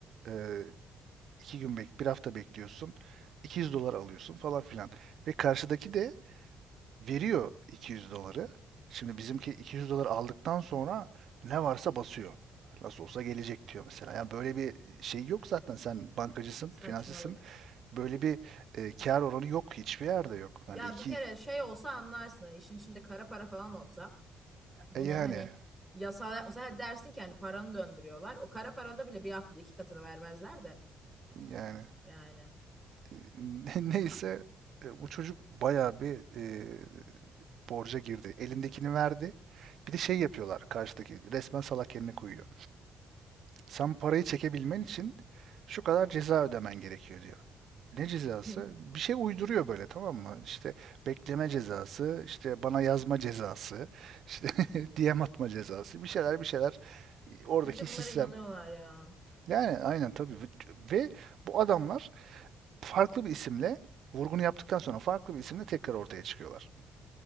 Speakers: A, on the right (about 65°); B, in the centre.
A: Ee, iki gün bek, bir hafta bekliyorsun. 200 dolar alıyorsun falan filan. Ve karşıdaki de veriyor 200 doları. Şimdi bizimki 200 dolar aldıktan sonra ne varsa basıyor. Nasıl olsa gelecek diyor mesela. Yani böyle bir şey yok zaten. Sen bankacısın,
B: Saçmalık.
A: finansçısın. Böyle bir e, kar oranı yok. Hiçbir yerde yok. Yani
B: Ya
A: iki,
B: bir kere şey olsa anlarsın hani işin içinde kara para falan olsa. Bunu
A: e yani
B: hani yasal yapmasa ha dersin ki hani paranı döndürüyorlar. O kara parada bile bir haftada iki katını vermezler de
A: yani
B: yani.
A: <laughs> neyse e, bu çocuk bayağı bir e, borca girdi. Elindekini verdi. Bir de şey yapıyorlar karşıdaki resmen salak yerine koyuyor. Sen parayı çekebilmen için şu kadar ceza ödemen gerekiyor diyor. Ne cezası?
B: <laughs>
A: Bir şey uyduruyor böyle tamam mı? İşte bekleme cezası, işte bana yazma cezası, işte <laughs> DM atma cezası, bir şeyler bir şeyler oradaki
B: Ya Bir de
A: sistem.
B: bunlara inanıyorlar ya.
A: Yani aynen tabii ve bu adamlar farklı bir isimle vurgunu yaptıktan sonra farklı bir isimle tekrar ortaya çıkıyorlar.